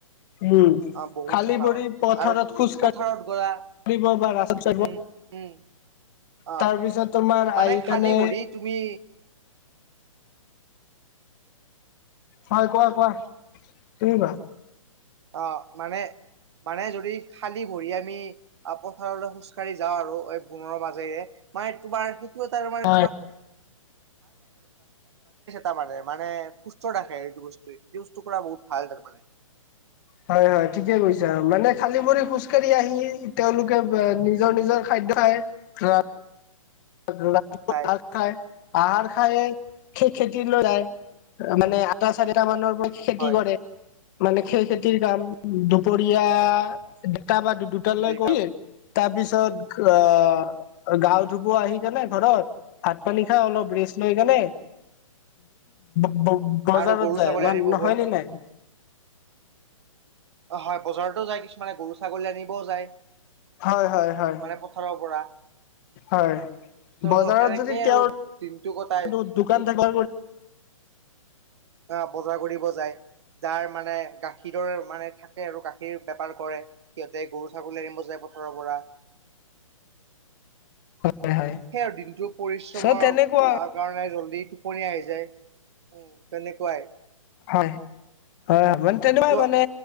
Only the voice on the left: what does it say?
উম
খালী
ভৰি
পথাৰত
খোজ
কাঢ়িব বা ৰাস্তাত যাব
তাৰ পিছত তোমাৰ
আহি
কানে
হয়, কোৱা, কোৱা, তুমি কোৱা
হয়
হয়, হয়, ঠিকে কৈছা মানে খালী ভৰি খোজকঢ়ি আহি তেওঁলোকে নি নিজৰ-নিজৰ খাদ্য খায় আহাৰ
খায় আহাৰ খাই খেতিলৈ
আহে। মানে আটা চাৰিটা মানৰ পৰা খেতি
কৰে, মানে খেই খেতিৰ কাম পৰিয়া দুটা বা দুটালৈ
কৈ
তাৰপিছত আহ গাঁও
থু জানাই ঘৰত ভাত পানী খাই অলপ ৰেষ্ট লৈ কেনে বজাৰত
যায়
মান
নহয়
ন নাই?
হয় হয় হয়
হয়,
বজাৰত
যদি
তেওঁৰ
দোকান থাক
হয় হয়
চ' তেনেকুৱা
হয়, হয়, মানে তেনেকুৱাই
মানে